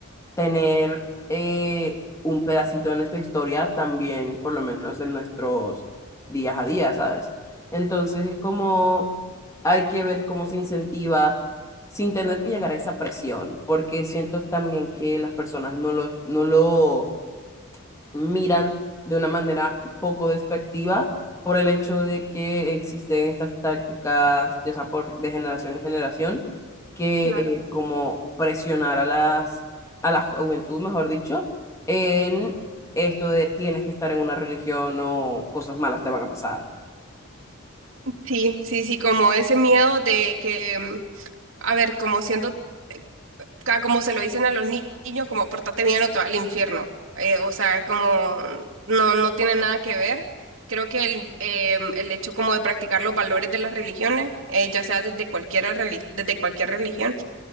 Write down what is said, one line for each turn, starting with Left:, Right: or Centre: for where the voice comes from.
Left: tener eh, un pedacito de nuestra historia también, por lo menos en nuestros días a día, ¿sabes? Entonces es como hay que ver cómo se incentiva sin tener que llegar a esa presión, porque siento también que las personas no lo, no lo miran de una manera poco despectiva por el hecho de que existen estas tácticas, ya sea por, de generación en generación, que
Right: Claro.
Left: es como presionar a las, a la juventud, mejor dicho, en esto de tienes que estar en una religión o cosas malas te van a pasar.
Right: Sí, sí, sí, como ese miedo de que, mm, a ver, como siento ca- como se lo dicen a los ni- niños, como pórtate bien o te va al infierno. Eh, o sea, como no, no tiene nada que ver. Creo que el, eh, el hecho como de practicar los valores de las religiones, eh, ya sea desde cualquier, desde cualquier religión,